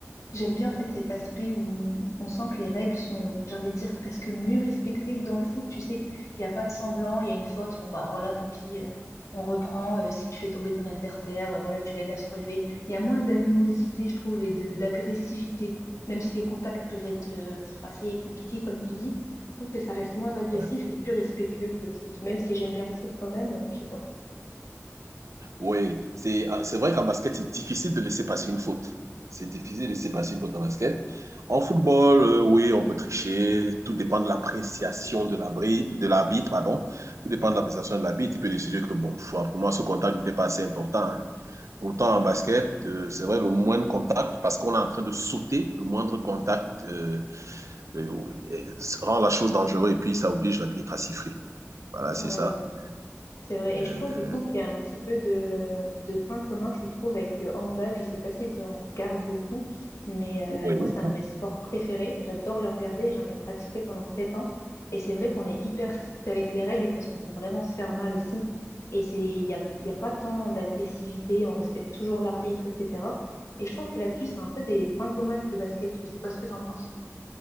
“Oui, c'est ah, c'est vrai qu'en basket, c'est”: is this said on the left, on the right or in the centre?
Right